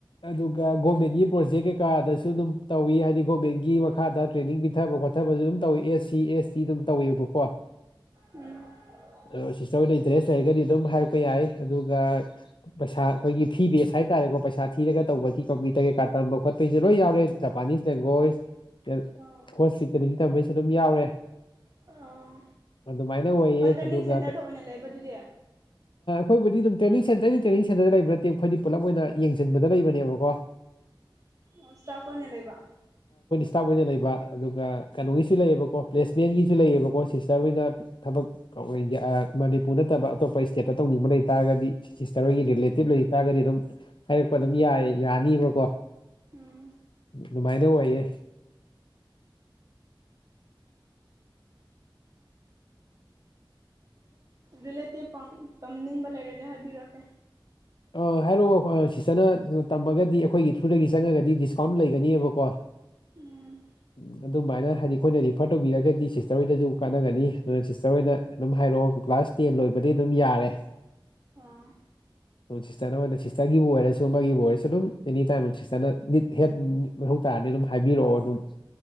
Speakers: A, on the left (about 65°); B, on the right (about 40°).
A: ꯑꯗꯨꯒ ꯒꯣꯃꯦꯟꯒꯤ ꯄ꯭ꯔꯣꯖꯦꯛ ꯀꯩꯀꯥꯗꯁꯨ ꯑꯗꯨꯝ ꯇꯧꯋꯤ ꯍꯥꯏꯗꯤ ꯒꯣꯃꯦꯟꯒꯤ ꯃꯈꯥꯗ ꯇ꯭ꯔꯦꯅꯤꯡ ꯄꯤꯊꯕ ꯈꯣꯠ ꯆꯠꯊꯕꯁꯨ ꯑꯗꯨꯝ ꯇꯧꯋꯤ ꯑꯦꯁ ꯁꯤ ꯑꯦꯁ ꯇꯤ ꯑꯗꯨꯝ ꯇꯧꯋꯦꯕꯀꯣ
B: ꯎꯝ
A: ꯑꯗꯣ ꯁꯤꯁꯇꯔ ꯍꯣꯏꯅ ꯏꯟꯇꯔꯦꯁ ꯂꯩꯔꯒꯗꯤ ꯑꯗꯨꯝ ꯍꯥꯏꯔꯛꯄ ꯌꯥꯏ ꯑꯗꯨꯒ ꯄꯩꯁꯥ ꯑꯩꯈꯣꯏꯒꯤ ꯐꯤ ꯕꯦꯁ ꯍꯥꯏ ꯍꯥꯏꯇꯥꯔꯦꯀꯣ ꯄꯩꯁꯥ ꯊꯤꯔꯒ ꯇꯧꯕꯒꯤ ꯀꯝꯄ꯭ꯌꯨꯇꯔ ꯀꯩꯥꯀꯥ ꯇꯝꯕ ꯈꯣꯠꯄꯩꯁꯨ ꯂꯣꯏ ꯌꯥꯎꯔꯦ ꯖꯄꯥꯅꯤꯁ ꯂꯦꯡꯒ꯭ꯣꯏꯁ ꯀ
B: ꯑꯣ
A: ꯍꯣꯁꯄꯤꯇꯥꯜꯇꯤ ꯇꯝꯕꯩꯁꯨ ꯑꯗꯨꯝ ꯌꯥꯎꯔꯦ
B: ꯑꯥ
A: ꯑꯗꯨꯃꯥꯏꯅ ꯑꯣꯏꯌꯦ
B: ꯑꯣ ꯇ꯭ꯔꯦꯅꯤꯡ
A: ꯑꯗꯨꯒ
B: ꯁꯦꯟꯇꯔꯗ ꯑꯣꯏꯅ ꯂꯩꯕꯗꯨꯗꯤ
A: ꯍꯣꯏꯕꯨꯗꯤ ꯑꯗꯨꯝ ꯇ꯭ꯔꯦꯅꯤꯡ ꯁꯦꯟꯇ꯭ꯔꯗꯤ ꯇ꯭ꯔꯦꯅꯤꯡ ꯁꯦꯟꯇ꯭ꯔ ꯂꯩꯕ ꯅꯠꯇꯦ ꯈꯣꯏꯗꯤ ꯄꯨꯂꯞ ꯑꯣꯏꯅ ꯌꯦꯡꯖꯟꯕꯗ ꯂꯩꯕꯅꯦꯕꯀꯣ
B: ꯑꯣ ꯁ꯭ꯇꯥꯐ ꯑꯣꯏꯅ ꯂꯩꯕ
A: ꯇꯥꯞ ꯑꯣꯏꯅ ꯂꯩꯕ ꯑꯗꯨꯒ ꯀꯩꯅꯣꯒꯤꯁꯨ ꯂꯩꯌꯦꯕꯀꯣ ꯄ꯭ꯂꯦꯁꯃꯦꯟꯒꯤꯁꯨ ꯂꯩꯌꯦꯕꯀꯣ ꯁꯤꯁꯇꯔ ꯍꯣꯏꯗ ꯊꯕꯛ ꯀꯧꯋꯦꯗꯤ ꯑ ꯃꯅꯤꯄꯨꯔ ꯅꯠꯇꯕ ꯑꯇꯣꯞꯄ ꯁ꯭ꯇꯦꯠꯇ ꯇꯧꯅꯤꯡꯕ ꯂꯩꯇꯥꯥꯔꯒꯗꯤ ꯁꯤꯁꯇ꯭ꯔ ꯍꯣꯏꯒꯤ ꯔꯤꯂꯦꯇꯤꯞ ꯂꯩ ꯇꯥꯔꯒꯗꯤ ꯑꯗꯨꯝ ꯍꯥꯏꯔꯛꯄ ꯑꯗꯨꯝ ꯌꯥꯏ ꯌꯥꯅꯤꯕꯀꯣ
B: ꯎꯝ
A: ꯑꯗꯨꯃꯥꯏꯅ ꯑꯣꯏꯌꯦ
B: ꯔꯤꯂꯦꯇꯤꯞ ꯄ ꯇꯝꯅꯤꯡꯕ ꯂꯩꯔꯒꯗꯤ ꯍꯥꯏꯕꯤꯔꯛꯀꯦ
A: ꯑꯥ ꯍꯥꯏꯔꯛꯑꯣ ꯁꯤꯁꯇꯔꯅ ꯇꯝꯃꯒꯗꯤ ꯑꯩꯈꯣꯏꯒꯤ ꯊ꯭ꯔꯨꯗꯒꯤ ꯆꯪꯉꯒꯗꯤ ꯗꯤꯁꯀꯥꯎꯟ ꯂꯩꯒꯅꯦꯕꯀꯣ
B: ꯎꯝ
A: ꯎ ꯑꯗꯨꯃꯥꯏꯅ ꯍꯥꯏꯗꯤ ꯑꯩꯈꯣꯏꯅ ꯔꯤꯐꯔ ꯇꯧꯕꯤꯔꯒꯗꯤ ꯁꯤꯁꯇꯔ ꯍꯣꯏꯗꯁꯨ ꯀꯥꯟꯅꯒꯅꯤ ꯑꯗꯨꯅ ꯁꯤꯁꯇꯔ ꯍꯣꯏꯅ ꯑꯗꯨꯝ ꯍꯥꯏꯔꯛꯑꯣ ꯀ꯭ꯂꯥꯁ ꯇꯦꯟ ꯂꯣꯏꯕꯗꯤ ꯑꯗꯨꯝ ꯌꯥꯔꯦ
B: ꯑꯥ
A: ꯁꯤꯁꯇꯔꯅ ꯑꯣꯏꯅ ꯁꯤꯁꯇꯔꯒꯤꯕꯨ ꯑꯣꯏꯔꯁꯨ ꯑꯃꯒꯤꯕꯨ ꯑꯣꯏꯔꯁꯨ ꯑꯗꯨꯝ ꯑꯦꯅꯤ ꯇꯥꯏꯝ ꯁꯤꯁꯇꯔꯅꯠ ꯍ ꯑꯗꯨꯝ ꯍꯥꯏꯕꯤꯔꯛꯑꯣꯝ